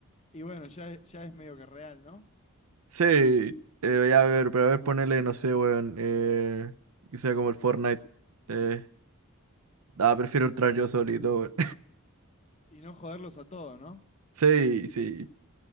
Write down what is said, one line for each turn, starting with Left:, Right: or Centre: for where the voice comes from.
Left: Y bueno, ya, es- ya es medio que real, ¿no?
Right: Sí, eh, ya a ver, pero a ver, ponele, no sé, weón. Eh, que sea como el Fortnite. Eh, ah, prefiero entrar yo solito, weón.
Left: Y no joderlos a todos, ¿no?
Right: <laughs> Sí, sí. <laughs>